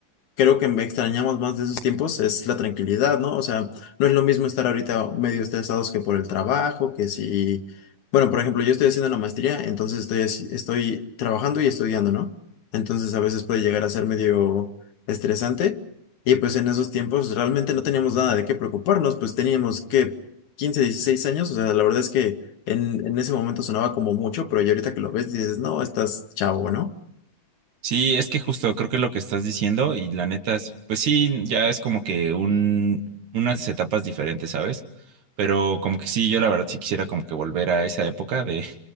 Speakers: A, on the left; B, on the right.
A: creo que me extrañamos más de esos tiempos es la tranquilidad, ¿no? O sea, no es lo mismo estar ahorita medio estresados que por el trabajo, que si, bueno, por ejemplo, yo estoy haciendo la maestría, entonces estoy, así- estoy trabajando y estudiando, ¿no? Entonces a veces puede llegar a ser medio estresante y pues en esos tiempos realmente no teníamos nada de qué preocuparnos, pues teníamos que 15 16 años, o sea, la verdad es que en, en ese momento sonaba como mucho, pero ya ahorita que lo ves dices, no, estás chavo, ¿no?
B: Sí, es que justo creo que lo que estás diciendo y la neta es, pues sí, ya es como que un, unas etapas diferentes, ¿sabes? Pero como que sí, yo la verdad sí quisiera como que volver a esa época de,